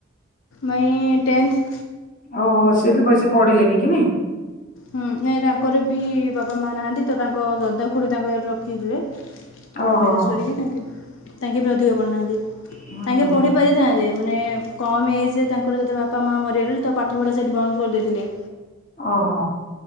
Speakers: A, on the left (about 75°); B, on the left (about 40°).
A: ମାଇଁ ଟେନ୍ଥ।
B: ଓହୋ ସେ ବି ବେଶି ପଢିଲେନି କି ନି
A: ହୁଁଁ ଏଇୟା କରବିି ବାପା ମା ନାହାନ୍ତି। ତ ତାଙ୍କ ଦଦାଖୁଡ଼ି ତାଙ୍କ ଘରେ ରଖିଥିଲେ।
B: ଓହୋ
A: ମ୍ୟାରେଜ କରିକି ଟାଙ୍କେ ତାଙ୍କେ ବି ଅଧିକ ପଢିନାହାନ୍ତି
B: ହୁଁ
A: ତାଙ୍କେ ପଢି ପାରିଥାନ୍ତେ ମାନେ କମ୍ ଏଜ୍ ତାଙ୍କର ଯେତେବେଳେ ବାପା ମା ମରିଗେ ତ ପାଠପଢ଼ା ସେଠି ବନ୍ଦ କରିଦେଇଥିଲେ।
B: ଓ ହୋ